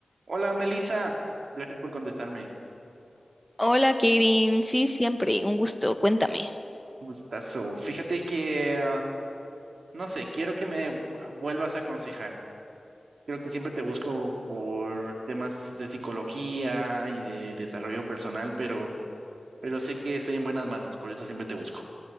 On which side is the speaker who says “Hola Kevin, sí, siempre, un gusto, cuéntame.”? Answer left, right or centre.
Centre